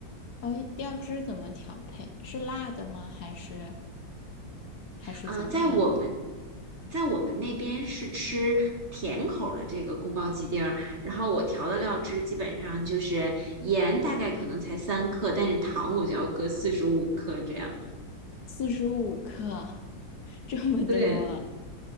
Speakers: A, on the left (about 60°); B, on the right (about 40°).
A: 哦，料汁怎么调配？是辣的吗？还是还是怎么样的？
B: 啊，在我们，在我们那边是吃甜口儿的这个宫保鸡丁儿，然后我调的料汁基本上就是盐大概可能才三克，但是糖我就要搁四十五克这样。
A: 四十五克，<laughs> 这么多
B: 对。